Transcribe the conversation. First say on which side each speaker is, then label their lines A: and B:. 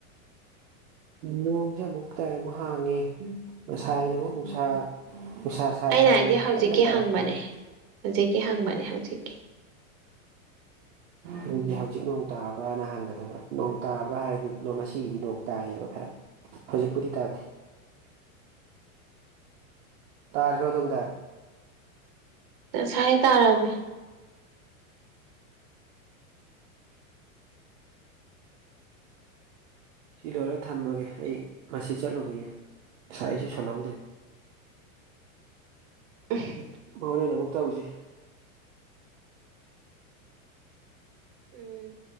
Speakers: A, on the right (about 60°); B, on the right (about 45°).
A: ꯅꯣꯡꯖꯦ ꯑꯃꯨꯛ ꯇꯥꯏ ꯑꯃꯨꯛ ꯍꯥꯡꯉꯦ ꯉꯁꯥꯏꯅ ꯑꯃꯨꯛ ꯅꯨꯡꯁꯥ ꯅꯨꯡꯁꯥ ꯅꯨꯡꯁꯥ
B: ꯑꯩꯅ
A: ꯁꯥꯅ
B: ꯍꯥꯏꯗꯤ ꯍꯧꯖꯤꯛꯀꯤ
A: ꯀꯟꯅ ꯇꯥꯔꯛꯇꯥꯅꯥ
B: ꯍꯪꯕꯅꯦ ꯍꯧꯖꯤꯛꯀꯤ ꯍꯪꯕꯅꯦ ꯍꯧꯖꯤꯛꯀꯤ
A: ꯑꯗꯨꯗꯤ ꯍꯧꯖꯤꯛ ꯅꯣꯡ ꯇꯥꯕ꯭ꯔꯥꯅ ꯍꯪꯒꯗꯕ ꯅꯣꯡ ꯇꯥꯕ꯭ꯔꯥ ꯍꯥꯏꯔꯗꯤ ꯉꯁꯤꯒꯤꯗꯤ ꯅꯣꯡ ꯇꯥꯏꯌꯦꯕ ꯈꯔ ꯍꯧꯖꯤꯛꯄꯨꯗꯤ ꯇꯥꯗꯦ ꯇꯥꯔꯤꯔꯣ ꯑꯗꯣꯝꯗ
B: ꯉꯁꯥꯏ ꯇꯥꯔꯝꯃꯦ
A: ꯁꯤ ꯂꯣꯏꯔ ꯊꯝꯃꯒꯦ ꯑꯩ ꯃꯁꯤ ꯆꯠꯂꯨꯈꯤꯒꯦ ꯉꯁꯥꯏꯁꯨ ꯁꯣꯜꯍꯧꯗ꯭ꯔꯦ
B: ꯎꯝ
A: ꯍꯣꯔꯦꯟ ꯑꯃꯨꯛ ꯇꯧꯖꯤ
B: ꯎꯝ